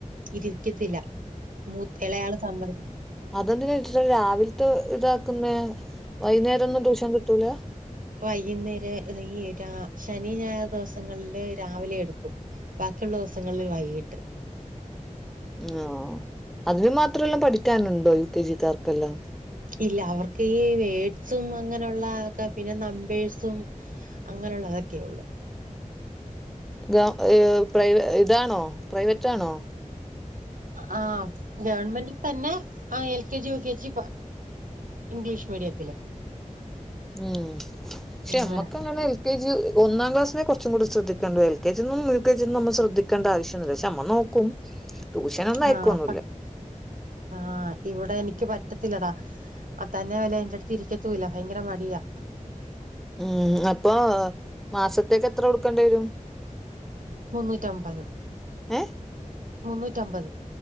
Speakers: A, on the right; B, in the centre.
A: ഇരിക്കത്തില്ല മൂ ഇളയാള് സമ്മതി
B: അതെന്തിന് രാവിലത്തെ ഇതാക്കുന്നെ വൈന്നേരൊന്നും ട്യൂഷൻ കിട്ടൂല?
A: വൈകുന്നേര ഈ രാ ശനി ഞായർ ദിവസങ്ങളില് രാവിലെ എടുക്കും. ബാക്കിള്ള ദിവസങ്ങളിൽ വൈകീട്ട്.
B: ഓ അതിന് മാത്രെല്ലാം പഠിക്കാനുണ്ടോ യു കെ ജിക്കാർക്കെല്ലാം?
A: ഇല്ല അവർക്ക് ഈ വേഡ്സും അങ്ങനെയുള്ളതക്കെ പിന്നെ നമ്പേഴ്സും. അങ്ങനെള്ളതൊക്കെ ഉള്ളു.
B: ഗവ ഏ പ്രൈവ ഇതാണോ പ്രൈവറ്റാണോ?
A: ആ ഗവൺമെന്റിൽ തന്നെ ആ L K G, U K G. English മീഡിയത്തില്.
B: ം ക്ഷെ
A: അങ്ങനെ
B: ഞമ്മക്കങ്ങനെ. കെ ജി ഒന്നാം ക്ലാസിനെ കുറച്ച് കൂടി ശ്രദ്ധിക്കേണ്ട. എൽ കെ ജി എന്നും യു കെ ജി എന്നും നമ്മ ശ്രദ്ധിക്കേണ്ട ആവശ്യന്നില്ല. പക്ഷെ നമ്മ നോക്കും. <inaudible> അയക്കൊന്നുല്ല
A: ആ പ ആഹ് ഇവിടെ എനിക്ക് പറ്റ ത്തില്ലടാ. അതന്നെ വല്ല എന്റ ട്ത്ത് ഇരിക്കത്തൂല്ല ഭയങ്കര മടിയാ.
B: ഉം അപ്പൊ മാസത്തേക്ക് എത്ര കൊടുക്കേണ്ടിരും.
A: മുന്നൂറ്റമ്പത്
B: ഏ
A: മുന്നൂറ്റമ്പത്.